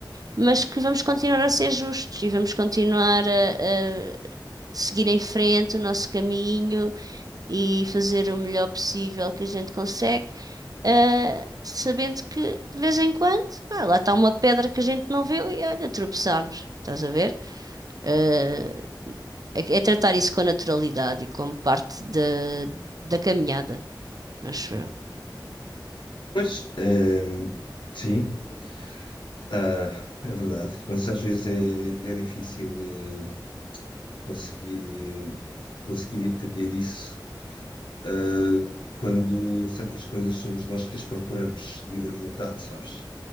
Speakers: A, on the right; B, on the left.
A: Mas que vamos continuar a ser justos e vamos continuar a, a seguir em frente o nosso caminho e fazer o melhor possível que a gente consegue, ah, sabendo que de vez em quando, pá, lá está uma pedra que a gente não vê e olha, tropeçamos. Estás a ver? Ah, é, é tratar isso com naturalidade e como parte da, da caminhada, acho eu.
B: pois, eh, sim, ah, é verdade, mas às vezes é, é difícil, eh, conseguir, eh, conseguir entender isso Uh, quando certas coisas somos nós que as procuramos de livre vontade, sabes?